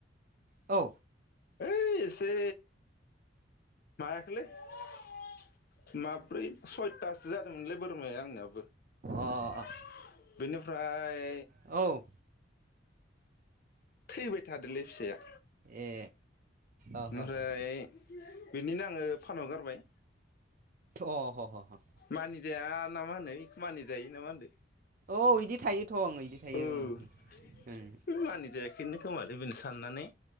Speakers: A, on the right; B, on the left.
A: औ
B: है एसे मायाखैलै <unintelligible> माब्रै सयथासो जादों ओंलै बोरमाया आंनियाबो
A: अ
B: <unintelligible> बेनो फ्राय
A: औ
B: थैबाय थादोलै फिसाया
A: ए अ ह
B: ओमफ्राय
A: ह
B: <unintelligible> बेनिनो आङो फानहरगारबाय
A: अ ह ह ह
B: मानिजाया ना मा होनो बेखौ मानि जायो नामा होनदो
A: औ इदि थायोथ ओं इदि थायो
B: औ
A: ओं ओं ओं
B: मानि जायाखैनो खोमालै बिनो साननानै